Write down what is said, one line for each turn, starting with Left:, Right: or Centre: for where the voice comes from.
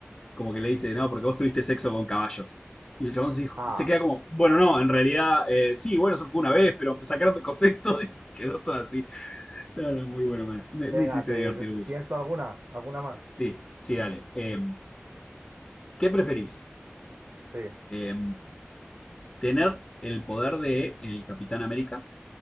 Left: como que le dice, no, porque vos tuviste sexo con caballos. Y el chabón se, dijo-
Right: Ah,
Left: se queda como, bueno, no, en realidad, eh, sí, bueno, eso fue una vez, pero me sacaron de contexto <laughs> y quedó todo así. No, no, muy bueno, me, me-
Right: venga,
Left: me hiciste
Right: te...
Left: divertir mucho.
Right: ¿tienes tú alguna? ¿Alguna más?
Left: Sí, sí, dale. Eh, ¿qué preferís?
Right: Sí.
Left: Eh, ¿tener el poder de el Capitán América?